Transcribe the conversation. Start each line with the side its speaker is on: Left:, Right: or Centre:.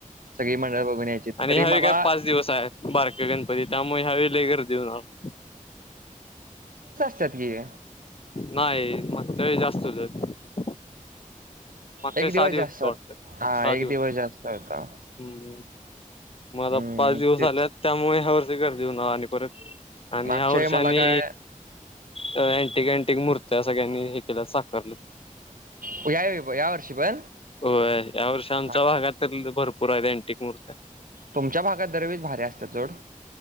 Right: सगळी मंडळ बघून यायची तरी
Left: आणि ह्यावेळी
Right: मला
Left: काय पाच दिवस आहेत बारकं गणपती त्यामुळे ह्या वेळी लय गर्दी होणार
Right: <inaudible> की
Left: नाही मागच्या वेळी जास्त होत मागच्या
Right: एक
Left: वेळेस सहा दिवस
Right: जास्त
Left: होते
Right: होता.
Left: वाटतात
Right: हा
Left: सहा
Right: एक
Left: दिवस
Right: जास्त होता.
Left: हम्म म आता
Right: हम्म
Left: पाच दिवस
Right: तेच
Left: आले त्यामुळे ह्या वर्षी गर्दी होणार आणि परत आणि
Right: मागच्या
Left: ह्या वर्षी
Right: वेळी मला
Left: आणि
Right: काय
Left: अ अँटिक अँटिक मूर्त्या सगळ्यांनी हे केलं साखरलं
Right: बघूया की यावर्षी पण
Left: हो या वर्षी आमच्या
Right: हा,
Left: भागात भरपूर आहेत अँटिक मूर्त्या
Right: तुमच्या भागात दरवेळेस भारी असतात सोड.